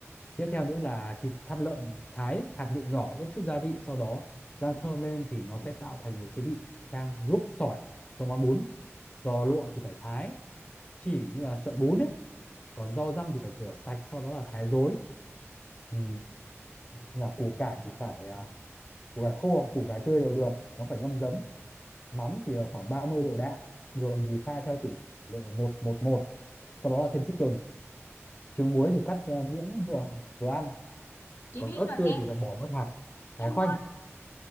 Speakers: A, on the left; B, on the left.
A: Tiếp theo nữa là thịt thăn lợn thái hạt lựu nhỏ ướp chút gia vị sau đó rang thơm lên thì nó sẽ tạo thành một cái vị thang ruốc sỏi cho món bún. Giò lụa thì phải thái chỉ như là sợi bún ấy. Còn rau răm thì phải rửa sạch sau đó là thái rối. Ừ, là củ cải thì phải à, củ cải khô hoặc củ cải tươi đều được, nó phải ngâm giấm. Mắm thì là khoảng 30 độ đạm, đường thì pha theo tỷ lệ một một một Sau đó là thêm chút gừng, trứng muối thì cắt à, miếng vừa vừa ăn
B: Chị
A: còn
B: biết
A: ớt
B: rồi
A: tươi
B: em.
A: thì phải bỏ bớt hạt
B: Em
A: thái khoanh
B: ơi,